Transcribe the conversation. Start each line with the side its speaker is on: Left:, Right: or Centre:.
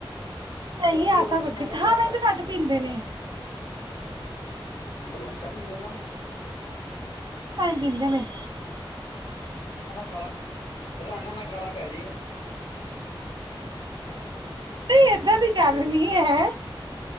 Right: ਨਹੀਂ
Left: ਜੰਮੂ
Right: ਐਸਾ
Left: ਦੇ ਲੋਕੀ
Right: ਕੁਛ
Left: ਮੈਂ ਕਿਹਾ
Right: ਹਾਂ
Left: ਚਾਹ
Right: ਮੈਿੰ ਘੱਟ ਪੀਂਦੇ ਨੇ
Left: ਹਾਂ ਕੱਟਦੇ ਨਾ
Right: ਬਿੰਦ ਨੇ
Left: ਕਾਲਾ ਰਾਨ ਦਾ ਕਾਲਾ ਪੈ ਜੇ
Right: ਨਹੀਂ ਏਦਾਂ ਦੀ ਗੱਲ
Left: ਹੈਲੋ
Right: ਨੀ ਹੈ